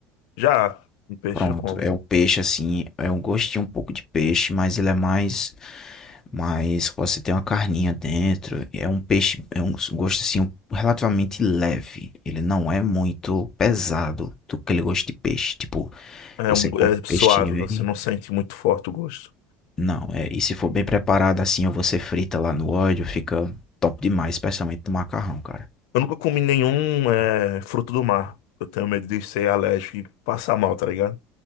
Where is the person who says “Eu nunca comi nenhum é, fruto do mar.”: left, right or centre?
Left